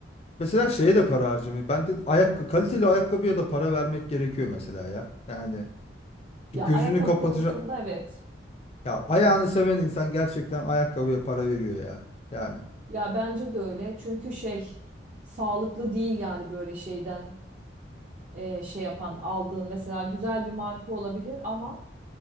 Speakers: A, on the left (about 35°); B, on the right (about 40°).
A: Mesela şeye de para harcamayı. Ben de ayakkabı, kaliteli ayakkabıya da para vermek gerekiyor mesela ya. Yani bir
B: Ya
A: gözünü
B: ayakkabı
A: kapatacak.
B: konusunda evet.
A: Ya ayağını seven insan gerçekten ayakkabıya para veriyor ya. Yani
B: Ya bence de öyle. Çünkü şey sağlıklı değil yani böyle şeyden e, şey yapan aldığın mesela güzel bir marka olabilir ama